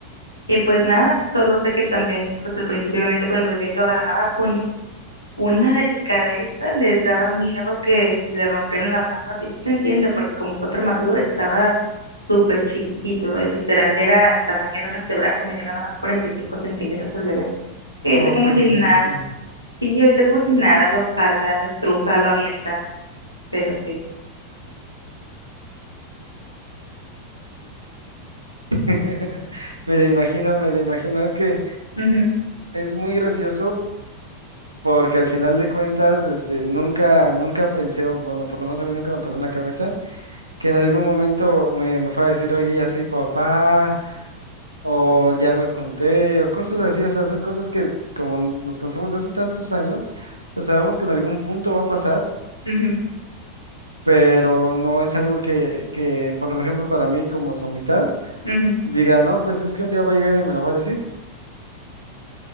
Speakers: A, on the left; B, on the right.
A: Y pues nada, solo sé que también, pues al principio obviamente con el bebé lo agarraba con una delicadeza, le daba miedo que se le rompieran las manos. Y sí se entiende, porque como fue prematuro, estaba súper chiquitito, literal, era el tamaño de un antebrazo, medía nada más 45 centímetros el bebé. Y
B: Oh,
A: ahorita como
B: pequeñísimo.
A: si nada, sí, ahorita como si nada, lo jala, lo estruja, lo avienta, pero sí.
B: <laughs> Me lo imagino, me lo imagino. Es que
A: Ujú,
B: es muy gracioso porque al final de cuentas, este, nunca, nunca pensé, o bueno, por lo menos a mí nunca me pasó en la cabeza que en algún momento me, me fue a decir, oye, ya soy papá, o ya me junté, o cosas así, o sea, son cosas que como nos conocemos de hace tantos años, o sea, sabemos que en algún punto va a pasar,
A: ujú,
B: pero no es algo que, que, por ejemplo, para mí como su amistad,
A: ujú, ujú.
B: diga, no, pues es que un día va a llegar y me lo va a decir.